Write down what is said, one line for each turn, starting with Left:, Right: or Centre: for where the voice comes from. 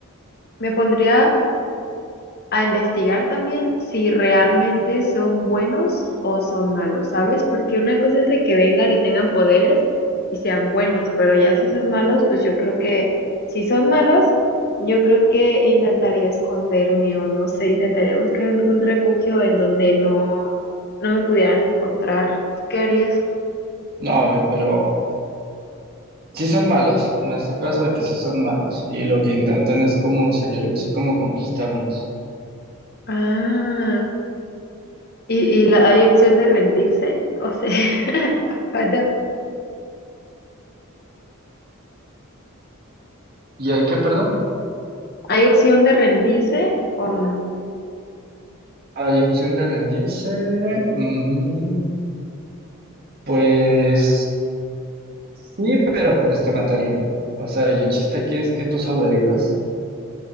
Left: me pondría a investigar también si realmente son buenos o son malos, ¿sabes? Porque una cosa es de que vengan y tengan poderes y sean buenos, pero ya si son malos, pues yo creo que si son malos, yo creo que intentaría esconderme o no sé, intentaría buscar algún refugio en donde no, no me pudieran encontrar. ¿Tú qué harías?
Right: No, a ver, pero sí son malos, en este caso de que sí son malos, y lo que intentan es como, sería algo así como conquistarnos.
Left: Ah, y, y la, hay opción de rendirse, o sea, <laughs>
Right: ¿Y hay que, perdón?
Left: ¿hay opción de rendirse o no?
Right: Hay opción de rendirse. mm, Pues sí, pero pues te matarían. O sea, y el chiste aquí es que tú sobrevivas.